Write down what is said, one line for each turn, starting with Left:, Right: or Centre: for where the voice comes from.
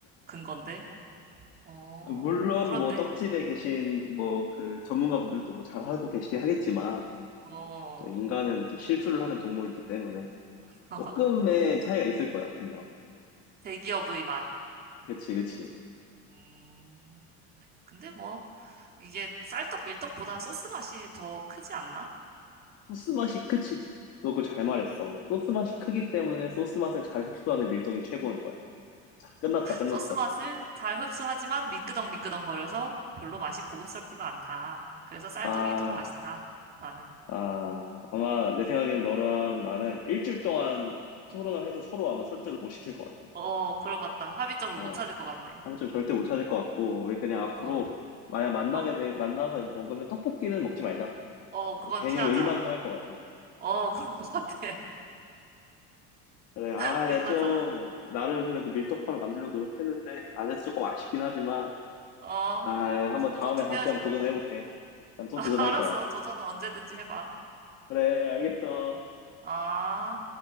Right: 근건데? 어,
Left: 아, 물론
Right: 그렇네.
Left: 뭐 떡집에 계신 뭐 그 전문가분들도 뭐 잘하고 계시긴 하겠지만
Right: 어,
Left: 또 인간은 이제 실수를 하는 동물이기 때문에
Right: <laughs>
Left: 조금의 차이가 있을 거야, 분명.
Right: 대기업의 맛.
Left: 그치, 그치.
Right: 음, 근데 뭐, 이게 쌀떡 밀떡보단 소스 맛이 더 크지 않나?
Left: 소스 맛이 크지. 너 그거 잘 말했어.
Right: 음,
Left: 소스 맛이 크기 때문에 소스 맛을 잘 흡수하는 밀떡이 최고인 거야. 자, 끝났다, 끝났어.
Right: 소스 맛을 잘 흡수하지만 미끄덩미끄덩거려서 별로 맛이 고급스럽지가 않다. 그래서 쌀떡이
Left: 아.
Right: 더 맛있다. 나는.
Left: 아, 아마 내 생각엔 너랑 나는 일주일 동안
Right: 어,
Left: 토론을 해도 서로 아마 설득을 못 시킬 것 같아.
Right: 어, 그럴 것 같다. 합의점을
Left: 아,
Right: 못 찾을 것 같네.
Left: 한점 절대 못 찾을 것 같고, 우리 그냥 앞으로
Right: 어,
Left: 만약 만나게
Right: 어,
Left: 돼, 만나서 먹으면 떡볶이는 먹지 말자.
Right: 어, 그건
Left: 괜히
Right: 피하자.
Left: 의만 상할 것 같아.
Right: 어, <laughs> 그럴 것 같아.
Left: 그래,
Right: <laughs>
Left: 아,
Right: 의만
Left: 내가 좀,
Right: 상한.
Left: 나름 그래도
Right: 어,
Left: 밀떡파로 만들려고 노력했는데, 안 돼서 조금 아쉽긴
Right: 어,
Left: 하지만,
Right: 어.
Left: 아, 한번
Right: 서로
Left: 다음에
Right: 존중해야지
Left: 다시 한번
Right: 뭐.
Left: 도전해볼게. 난 또
Right: <laughs>
Left: 도전할
Right: 알았어.
Left: 거야.
Right: 도전은 언제든지 해봐.
Left: 그래, 알겠어.
Right: 아.